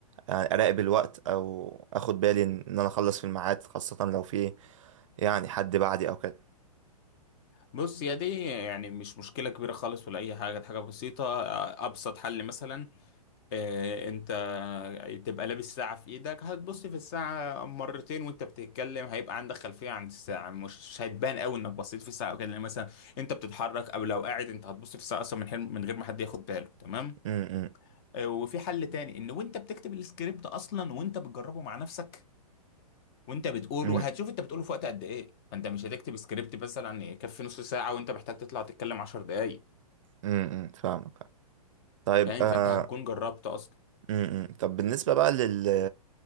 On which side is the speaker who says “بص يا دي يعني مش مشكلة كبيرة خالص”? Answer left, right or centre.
Left